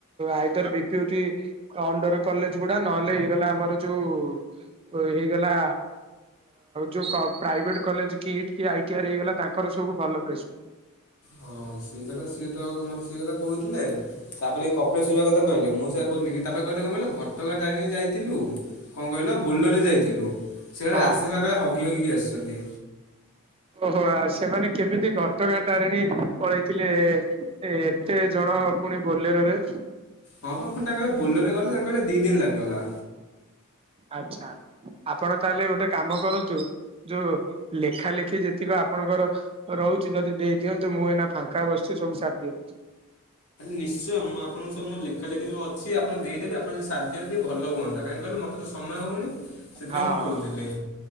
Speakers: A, on the right (about 25°); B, on the left (about 85°).
A: ଆଇଦର ବିପିଉଟି ଅଣ୍ଡର କଲେଜ ଗୁଡା ନହେଲେ ହେଇଗଲା ଆମର ଯୋଉ ହେଇଗଲା ଯୋଉ କ ପ୍ରାଇଭେଟ୍ କଲେଜ କିଟ୍ କି ଆଇଟିଆର୍ ହେଇଗଲା ତାଙ୍କର ସବୁ ଭଲ ପ୍ଲେସ୍
B: ହଁ ସେଇ କଥା ସିଏ ତ ମୋତେ ସେ କଥା କହୁଥିଲେ। ତାପରେ କପିଳାସ ଯିବା କଥା କହିଲେ ମୁଁ ସେଇଆ କହୁଥିଲି କି ତାପରେ କହିଲେ କଣ କହିଲୁ ଘଟଗାଁ ତାରେଣୀ ଯାଇଥିଲୁ କଣ କହିଲ ବୋଲୋରେ ଯାଇଥିଲୁ ସେ କହିଲେ
A: ହଁ
B: ରାସ୍ତା ସାରା ହଗି ହଗିକି ଆସିଛନ୍ତି।
A: ଓହୋ ଆଉ ସେମାନେ କେମିତି ଘଟଗାଁ ତାରିଣୀ ପଳେଇଥିଲେ ଏ? କେତେ ଜଣ ପୁଣି ବୋଲେରୋରେ?
B: ହଁ ପା ପୁଣି ତାଙ୍କର ବୋଲୋରରେ ଗଲେ ତାଙ୍କ କହିଲେ ଦି ଦିନ ଲାଗିଗଲା।
A: ଆଛା ଆପଣ ତାହେଲେ ଗୋଟେ କାମ କରନ୍ତୁ। ଯୋଉ ଲେଖାଲେଖି ଯେତିକ ଆପଣଙ୍କର ରହୁଛି ଯଦି ଦେଇ ଦିଅନ୍ତୁ ମୁଁ ଏଇନା ଫାଙ୍କା ବସିଛି ସବୁ ସାରି ଦିଏ।
B: ନିଶ୍ଚୟ ମୁଁ ଆପଣଙ୍କ ସହ ମୋ ଲେଖାଲେଖି ଯୋଉ ଅଛି ମୁଁ ଆପଣଙ୍କୁ ଦେଇଦେବି ଆପଣ ଯଦି ସାରିଦିଅନ୍ତେ ଟିକେ ଭଲ ହୁଅନ୍ତା କାହିଁ କିହିଲ ମୋତେ ସମୟ ହଉନି ସେଥିପାଇଁ
A: ହଁ
B: ମୁଁ କହୁଥିଲି।